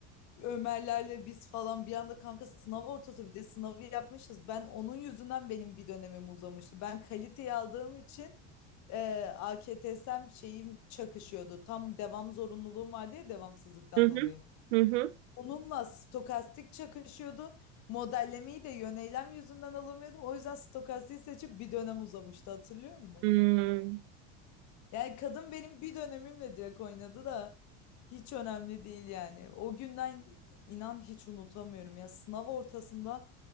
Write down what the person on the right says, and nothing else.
Hı hı.
Hı hı.
Hmm.